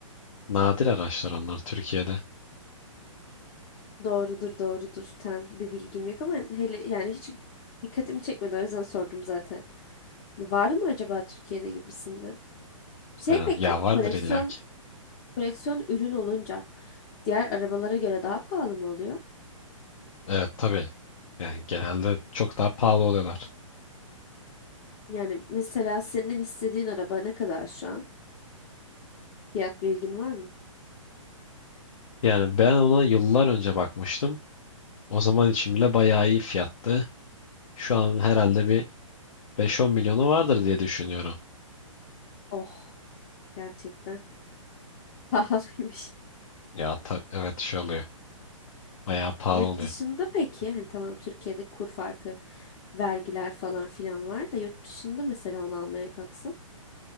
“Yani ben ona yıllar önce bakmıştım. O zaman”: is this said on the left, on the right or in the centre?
Left